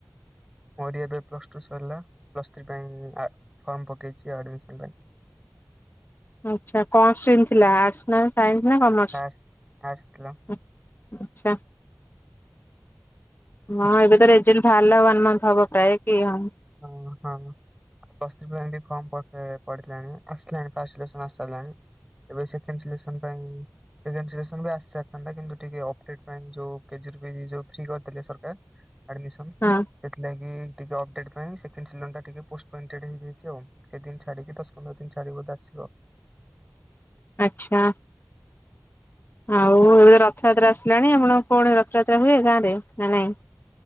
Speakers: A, on the right; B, on the left.
A: ମୋରି ଏବେ ପ୍ଲସ ଟୁ ସରିଲା ପ୍ଲସ ଥ୍ରୀ ପାଇଁ ଆ ଫର୍ମ ପକେଇଛି ଆଡମିସନ ପାଇଁ।
B: ଆଛା କଣ ଷ୍ଟ୍ରିମ୍ ଥିଲା ଆର୍ଟସ ନା ସାଇନ୍ସ ନା କମର୍ସ?
A: ଆର୍ଟସ ଆର୍ଟସ ଥିଲା
B: ଆଚ୍ଛା ହଁ ଏବେ ତ ରେଜଲ୍ଟ ବାହାରିଲା ୱାନ୍ ମନ୍ଥ ହବ ପ୍ରାୟ କି ହଁ।
A: ହଁ ହଁ ଆ ପ୍ଲସ୍ ଥ୍ରି ପିଲାଙ୍କ ବି ଫର୍ମ ପିକେ ପଡିଲାଣି ଆସିଲାଣି ଫସ ଲେଶନ ଆସି ସାରିଲାଣି। ଏବେ ସେକେଣ୍ଡ ସିଲେକସନ ପାଇଁ ସେକେଣ୍ଡ ସିଲେକ୍ସନ ବି ଆସିସରିଥାନ୍ତା କିନ୍ତୁ ଟିକେ ଅପଡେଟ୍ ପାଇ ଯୋଉ କେଜିରି ଫି ଯୋଉ ଫ୍ରୀ କରିଦେଲେ ସରକାର। ଆଡ଼ମିଶନ
B: ହଁ
A: ସେଥିଲାଗି ଟିକେ ଅପଡେଟ୍ ସେ ଟିକେ ପୋଏଣ୍ଟେଡ ହେଇଯାଇଛି ଆଉ କେଦିନ ଛାଡିକି ଦଶ ପନ୍ଦର ଦିନ ଛାଡିକି ବଧେ ଆସିବ।
B: ଆଛା ଆଉ ଏବେ ରଥଯାତ୍ରା ଆସିଲାଣି ଆପଣ କଣ ରଥଯାତ୍ରା ହୁଏ ଗାଁରେ ନା ନାଇଁ?